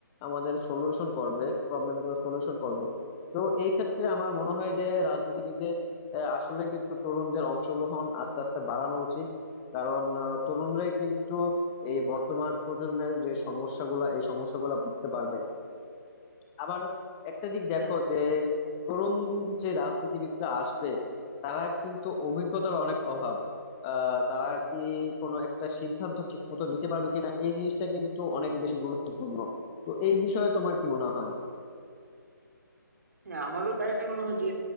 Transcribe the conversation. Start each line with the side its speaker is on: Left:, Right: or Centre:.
Left: আমাদের সলিউশন করবে প্রবলেম গুলো সলিউশন করবে তো এই ক্ষেত্রে আমার মনে হয় যে রাজনীতিবিদে আহ, আসলে কিন্তু তরুণদের অংশগ্রহণ আস্তে আস্তে বাড়ানো উচিত কারণ আহ, তরুণরাই কিন্তু এই বর্তমান প্রজন্মের যে সমস্যাগুলা এই সমস্যাগুলা বুঝতে পারবে আবার একটা দিক দেখো
Right: হ্যাঁ
Left: যে তরুণ যে রাজনীতিবিদরা আসবে তারা কিন্তু অভিজ্ঞতার অনেক অভাব আহ তারা কি কোনো একটা সিদ্ধান্ত ঠিক মতো নিতে পারবে কিনা এই জিনিসটা কিন্তু অনেক বেশি গুরুত্বপূর্ণ তো এই বিষয়ে তোমার কি মনে হয়
Right: হ্যাঁ আমারও তাই মনে হয় যে